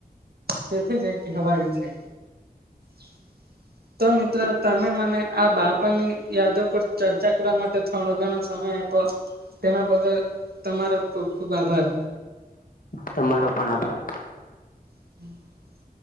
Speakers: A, on the right; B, on the left.
A: તેથી જ એક હવા છે <inaudible> તો મિત્રો તમે મને આ બાપણની યાદો પર ચર્ચા કરવા માટે થોડો ઘણો સમય તેના બદલ તમારો ખુબ ખુબ આભાર
B: તમારો પણ આભાર
A: <unintelligible>